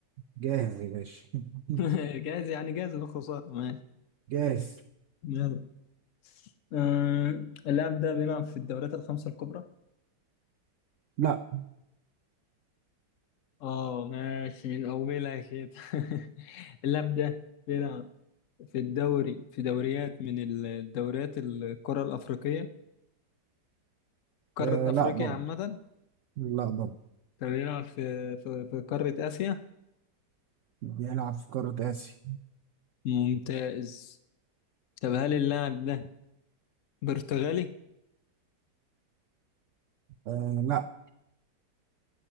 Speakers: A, on the right; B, on the left.
A: جاهز يا باشا <laughs>
B: <laughs> جاهز يعني جاهز للخسارة ماشي
A: جاهز
B: يلا آه اللاعب ده بيلعب في الدوريات الخمسة الكبرى
A: لا
B: اه ماشي من أولها كده <laughs> اللاعب ده بيلعب في الدوري في دوريات من ال- الدوريات القارة الأفريقية قارة
A: آه
B: أفريقيا
A: لا برضه
B: عامة
A: لا برضه
B: طب بيلعب في في في قارة آسيا
A: بيلعب في قارة آسيا
B: ممتاز طب هل اللاعب ده برتغالي؟
A: آه لا